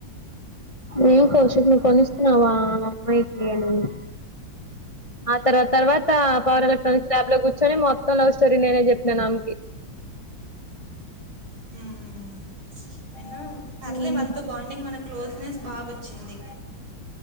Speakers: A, on the left; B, on the right.
A: ఏం కోచట్ నువ్ కొనిస్తున్నావా ఆ అమ్మాయికి అనింది ఆ తర్వా తర్వాత పవర్ ఎలక్ట్రానిక్స్ ల్యాబ్ లో కూర్చొని మొత్తం లవ్ స్ స్టోరీ నేనే చెప్పినాను ఆమెకి
B: హ్మ్ అయినా అట్లే
A: ఉమ్.
B: వాళ్ళతో బాండింగ్ మనకి క్లోజ్నెస్ బాగొచ్చింది